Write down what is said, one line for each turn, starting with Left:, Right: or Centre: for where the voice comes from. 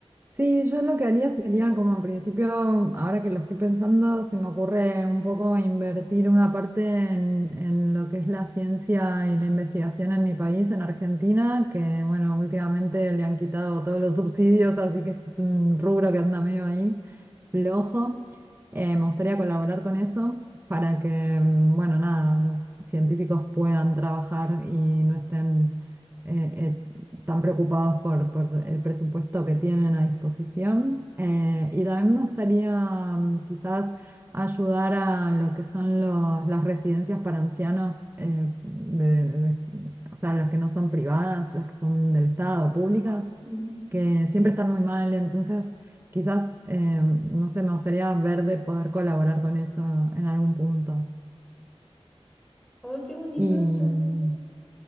Right: Sí, yo lo que haría sería como en principio, ahora que lo estoy pensando, se me ocurre un poco invertir una parte en, en lo que es la ciencia y la investigación en mi país, en Argentina, que bueno, últimamente le han quitado todos los subsidios, así que es un rubro que anda medio ahí flojo. Eh, me gustaría colaborar con eso para que, mm, bueno, nada, los científicos puedan trabajar y no estén... eh, eh, están preocupados por, por el presupuesto que tienen a disposición. Eh, y también me gustaría mm, quizás ayudar a lo que son los- las residencias para ancianos, eh, de- de- o sea, las que no son privadas, las que son del Estado, públicas,
Centre: Mm.
Right: que siempre están muy mal. Entonces, quizás, eh, no sé, me gustaría ver de poder colaborar con eso en algún punto.
Centre: ¡Ay, qué bonito
Right: Y,
Centre: eso!
Right: mm,